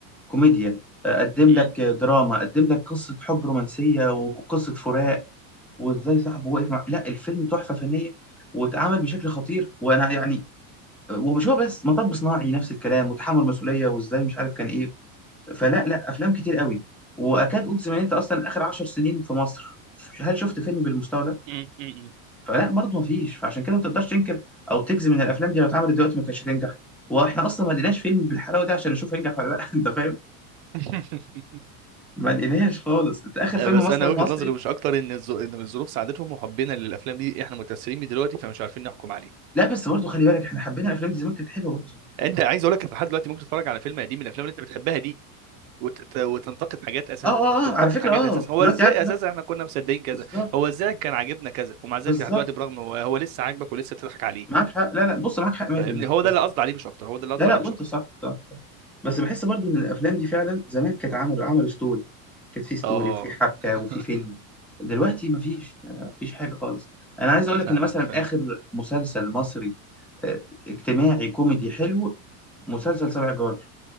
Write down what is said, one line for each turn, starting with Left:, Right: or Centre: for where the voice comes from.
Centre: كوميديا آه، قدم
Right: مم،
Centre: لك دراما قدم لك قصه حب رومانسيه وقصه فراق وازاي صاحبه وقف مع لا الفيلم تحفه فنيه واتعمل بشكل خطير وانا يعني ومش هو بس مطب صناعي نفس الكلام وتحمل مسؤوليه وازاي مش عارف كان ايه فلا لا افلام كتير قوي واكاد اجزم ان انت اصلا اخر عشر سنين في مصر هل شفت فيلم بالمستوى ده
Right: مم، مم، مم.
Centre: فلا برضه ما فيش فعشان كده ما تقدرش تنكر او تجزم ان الافلام دي لو اتعملت دلوقتي ما كانتش هتنجح واحنا اصلا ما لقيناش فيلم بالحلاوه دي عشان نشوف هينجح ولا لا <laughs> انت فاهم
Right: <laughs>
Centre: ما لقيناش خالص انت اخر
Right: آه،
Centre: فيلم
Right: بس
Centre: مثلا
Right: انا وجهه
Centre: مصري
Right: نظري مش اكتر ان الظ- ان الظروف ساعدتهم وحبنا للافلام دي احنا متاثرين بيه دلوقتي فمش عارفين نحكم عليه
Centre: لا بس برضه خلي بالك احنا حبينا الافلام دي زمان كانت حلوه برضه
Right: انت عايز اقول لك لحد دلوقتي ممكن تتفرج على فيلم قديم من الافلام اللي انت بتحبها دي وتت... وتنتقد حاجات اساسا
Centre: اه اه
Right: انك تنتقد
Centre: اه على فكره
Right: حاجات
Centre: اه
Right: اساسا هو
Centre: دلوقتي
Right: ازاي
Centre: عارف لا
Right: اساسا احنا كنا مصدقين كذا
Centre: بالظبط
Right: هو ازاي كان عاجبنا كذا ومع ذلك
Centre: بالظبط
Right: لحد دلوقتي برغم هو, هو لسه عاجبك ولسه بتضحك عليه
Centre: معاك حق لا لا بص معاك حق 100%
Right: فاهمني هو ده
Centre: بس
Right: اللي قصدي عليه مش اكتر هو ده اللي قصدي
Centre: لا لا
Right: عليه
Centre: وانت
Right: مش اكتر
Centre: صح صح صح بس بحس برضو ان الافلام دي فعلا زمان كانت عملوا عملوا ستوري كانت في ستوري
Right: اه
Centre: وفي حبكه
Right: <laughs>
Centre: وفي فيلم دلوقتي مفيش مفيش حاجه خالص انا عايز اقول
Right: فاهمك
Centre: لك ان مثلا
Right: فاهم
Centre: اخر مسلسل مصري آه، اجتماعي كوميدي حلو مسلسل سبع جار